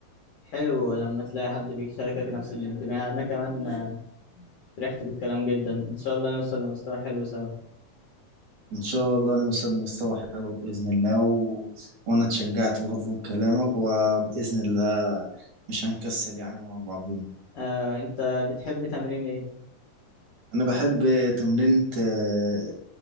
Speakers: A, on the left; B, on the right.
A: حلو لما تلاقي حد بيشاركك نفس الانتماء أنا كمان آه، فرحت بالكلام جدا إن شاء الله نوصل لمستوى حلو سوا
B: إن شاء الله نوصل لمستوى حلو بإذن الله و... وأنا اتشجعت برضه من كلامك وبإذن الله مش هنكسل يعني مع بعضينا
A: آه، أنت بتحب تمرين إيه؟
B: أنا بحب تمرينة آه،